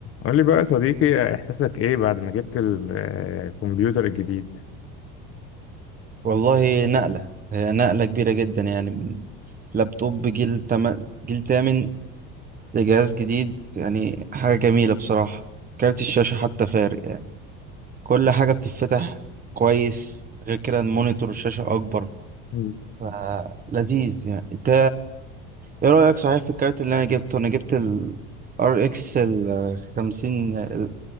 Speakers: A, on the left (about 45°); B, on the right (about 25°).
A: قول لي بقى يا صديقي احساسك ايه بعد ما جبت ال- الكمبيوتر الجديد
B: والله نقلة هي نقلة كبيرة جدا يعني من لابتوب جيل تم... جيل تامن لجهاز جديد يعني حاجة جميلة بصراحة كارت الشاشة حتى فارق يعني كل حاجة بتتفتح كويس غير كده المونيتور الشاشة أكبر
A: مم.
B: فلذيذ يعني انت ايه رأيك صحيح في الكارت اللي انا جبته انا جبت ال RX ال 50 ال